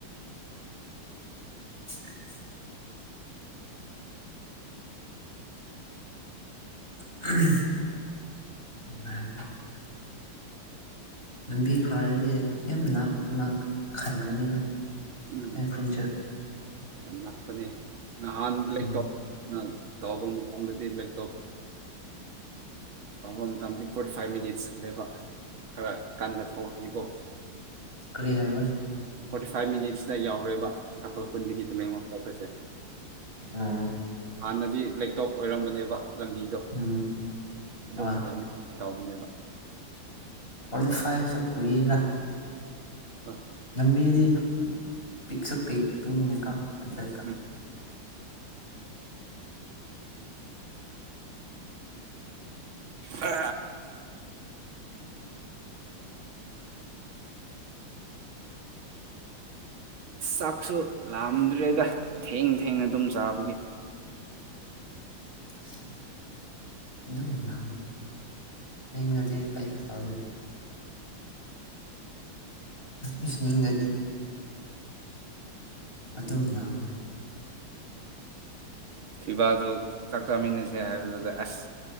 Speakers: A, on the left (about 25°); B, on the right (about 70°).
A: <inaudible> <inaudible> ꯂꯝꯕꯤ ꯐꯔꯗꯤ ꯌꯥꯝꯛꯅ ꯈꯟꯒꯅꯤꯗ
B: ꯎꯝ
A: ꯑꯦ ꯈꯨ ꯆ
B: ꯌꯥꯝ ꯅꯛꯄꯅꯦ ꯅꯍꯥꯟ
A: ꯎꯝ
B: ꯂꯦꯇꯣꯞꯅ ꯇꯧꯕ ꯃꯇꯝꯗꯗꯤ ꯂꯦꯇꯣꯞ ꯇꯐꯝ ꯃꯇꯝꯗꯤ ꯐꯣꯔꯇꯤ ꯐꯥꯏꯚ ꯃꯤꯅꯤꯠ ꯆꯠꯂꯦꯕ ꯈꯔ ꯀꯟꯅ ꯊꯧꯔꯁꯤꯀꯣ
A: ꯀꯔꯤ ꯍꯥꯏꯕ
B: ꯐꯣꯔꯇꯤ ꯐꯥꯏꯚ ꯃꯤꯅꯤꯠꯁꯇ ꯌꯥꯎꯔꯦꯕ ꯑꯩꯈꯣꯏ ꯀꯨꯟꯗꯒꯤ ꯇꯨꯃꯦꯡꯂꯣ ꯆꯠꯄꯁꯦ
A: ꯎꯝ
B: ꯍꯥꯟꯅꯗꯤ ꯂꯕꯦꯛꯇꯣꯞ ꯑꯣꯏꯔꯝꯕꯅꯦꯕ ꯂꯝꯕꯤꯗꯣ
A: ꯎꯝ
B: ꯑꯗꯨꯝꯕ
A: ꯍꯣꯏ
B: ꯇꯅꯤ ꯇꯥꯎꯕꯅꯦꯕ
A: ꯐꯂꯤ ꯐꯥꯏ ꯁ ꯀꯨꯏꯗ
B: ꯍꯣꯏ
A: ꯂꯝꯕꯤꯗꯤ ꯄꯤꯛ ꯁ ꯄꯤꯛ ꯄꯪꯅꯤꯡꯉꯀꯣ ꯍꯟꯗ
B: ꯎꯝ ꯑ ꯆꯥꯛꯁꯨ ꯂꯥꯑꯝꯗ꯭ꯔꯦꯗ ꯊꯦꯡ ꯊꯦꯡꯅ ꯑꯗꯨꯝ ꯆꯥꯕꯒꯤ
A: ꯁꯤ ꯑꯗꯨꯝ ꯂ ꯅꯖꯤ ꯀꯩ ꯁꯁꯨ ꯏꯁꯅꯤ ꯏꯪꯒꯥꯖꯤ ꯑꯗꯨꯝ ꯂꯥꯝꯃꯦ
B: ꯐꯤꯕꯥꯜꯁꯨ ꯆꯥꯛ ꯆꯥꯃꯤꯟꯅꯁꯦ ꯍꯥꯏꯕꯗꯨꯗ ꯑꯁ